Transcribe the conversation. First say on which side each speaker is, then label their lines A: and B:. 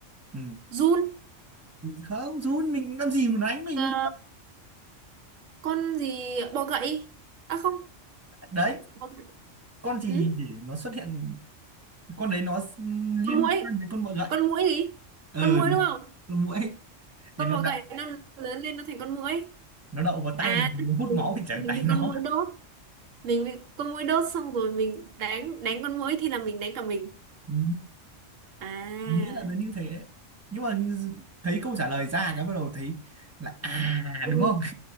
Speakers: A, on the right (about 20°); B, on the right (about 85°).
A: ừ.
B: giun,
A: không run mình làm gì mà đánh mình
B: ờ, con gì bọ gậy? À không,
A: đấy
B: bọ gậy.
A: con gì
B: Ừ?
A: để nó xuất hiện con đấy nó
B: Con
A: liên
B: muỗi,
A: quan với con bọ gậy
B: con muỗi gì?
A: ừ
B: Con muỗi
A: đúng
B: đúng không?
A: con muỗi
B: Con
A: thì nó
B: bọ
A: đậu,
B: gậy nó lớn lên nó thành con muỗi.
A: nó đậu vào
B: À,
A: tay
B: tức
A: nó hút
B: là mình
A: máu thì chẳng
B: mình
A: đánh
B: bị
A: nó
B: con muỗi đốt, mình bị con muỗi đốt xong rồi mình đánh đánh con muỗi thì là mình đánh cả mình.
A: ừ.
B: À,
A: nghĩa là nó như thế nhưng mà thấy câu trả lời ra cái bắt đầu thấy là à
B: ừ.
A: đúng không